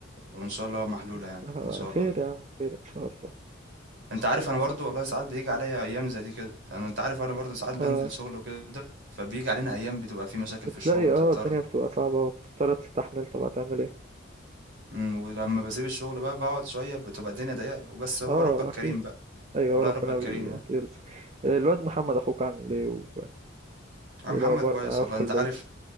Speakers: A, on the right; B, on the right.
A: وان شاء الله محلولة
B: يسترها
A: يعني ان شاء
B: خير
A: الله
B: يا عم خير ان شاء الله
A: انت عارف انا برضو والله ساعات بيجي عليا ايام زي دي كده انا انت عارف انا برضو ساعات بنزل
B: آه
A: شغل وكده فبيجي علينا ايام بتبقى في مشاكل
B: بتلاقي
A: في الشغل وتضطر
B: اه الدنيا بتبقى صعبه وبتضطر تستحمل طب هتعمل ايه
A: مم، ولما بسيب الشغل بقى بقعد شوية بتبقى الدنيا ضيقة وبس هو
B: اه
A: ربك كريم
B: اكيد
A: بقى
B: ايوه
A: والله
B: ربنا
A: ربك كريم
B: بي...
A: يعني
B: بيرزق آه، الواد محمد اخوك عامل ايه و-
A: يا
B: ايه
A: محمد
B: الاخبار
A: كويس
B: معاه
A: والله
B: في كليته
A: انت عارف